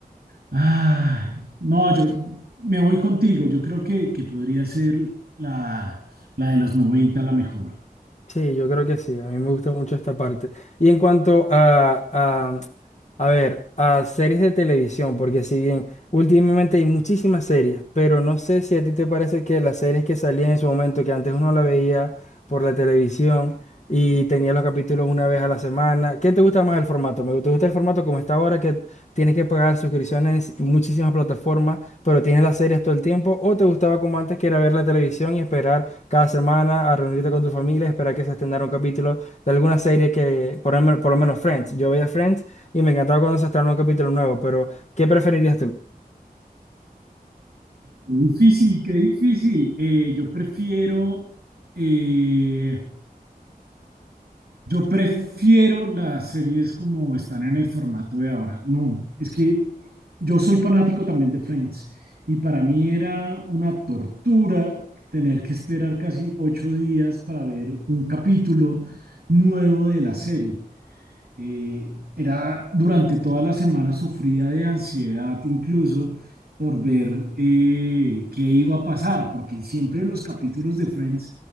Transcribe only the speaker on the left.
Sí, yo creo que sí, a mí me gusta mucho esta parte. Y en cuanto a, a- a ver, a series de televisión, porque si bien últimamente hay muchísimas series, pero no sé si a ti te parece que las series que salían en su momento, que antes uno la veía por la televisión y tenía los capítulos una vez a la semana, ¿qué te gusta más el formato? Me te gusta el formato como está ahora, que tienes que pagar suscripciones en muchísimas plataformas, pero tienes las series todo el tiempo, o te gustaba como antes, que era ver la televisión y esperar cada semana a reunirte con tu familia, esperar que se estrenara un capítulo de alguna serie que, por, lo men- por lo menos Friends, yo veía Friends y me encantaba cuando se estrenaba un capítulo nuevo, pero ¿qué preferirías tú?